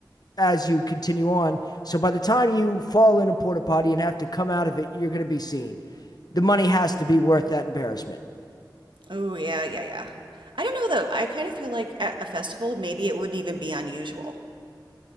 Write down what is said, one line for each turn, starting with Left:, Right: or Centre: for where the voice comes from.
Left: as you continue on. So by the time you fall in a porta potty and have to come out of it, you're going to be seen. The money has to be worth that embarrassment.
Right: Oh, yeah, yeah, yeah. I don't know though. I kind of feel like at a festival, maybe it wouldn't even be unusual.